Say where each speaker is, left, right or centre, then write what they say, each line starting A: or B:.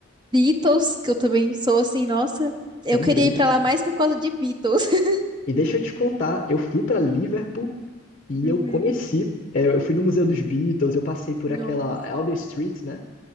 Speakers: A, on the right; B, on the left.
A: Beatles, que eu também sou assim, nossa, eu
B: também.
A: queria ir para lá mais por causa de Beatles. <laughs>
B: E deixa eu te contar, eu fui para Liverpool e
A: Uhum.
B: eu conheci, é, eu fui no Museu dos Beatles, eu passei por
A: Nossa.
B: aquela Albert Street, né?